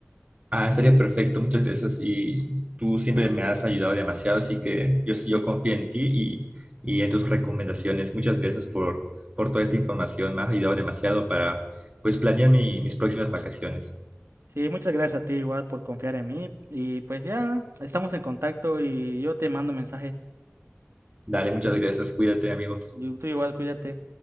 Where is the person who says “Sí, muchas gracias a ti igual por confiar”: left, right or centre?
Right